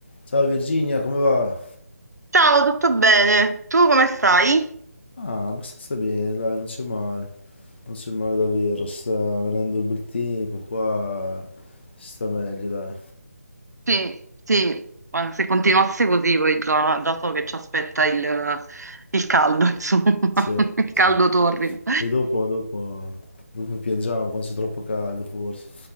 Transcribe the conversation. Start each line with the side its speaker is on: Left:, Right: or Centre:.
Left: Ciao Virginia, come va?
Right: Ciao, tutto bene? Tu come stai?
Left: Ah, abbastanza bene, dai, non c'è male. Non c'è male davvero, sta venendo il bel tempo qua, si sta meglio, dai.
Right: Sì, sì, ma se continuasse così poi già, già so che ci aspetta il, il caldo, <laughs> insomma,
Left: Sì,
Right: il
Left: sì.
Right: caldo torrido.
Left: Sì, dopo, dopo, dopo piangiamo quando c'è troppo caldo, forse.